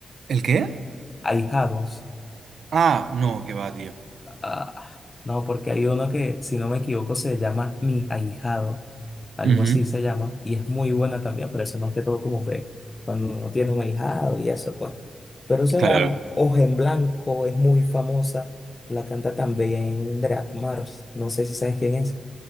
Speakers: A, on the right; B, on the left.
A: ¿el qué?
B: ahijados.
A: Ah, no, que va, tío.
B: Ah, no, porque hay uno que, si no me equivoco, se llama Mi Ahijado. Algo
A: Ujú.
B: así se llama. Y es muy buena también, pero eso más que todo como que cuando uno tiene un ahijado y eso, pues. Pero, o sea,
A: Claro.
B: Hoja en Blanco es muy famosa. La canta también Drat Mars. No sé si sabes quién es,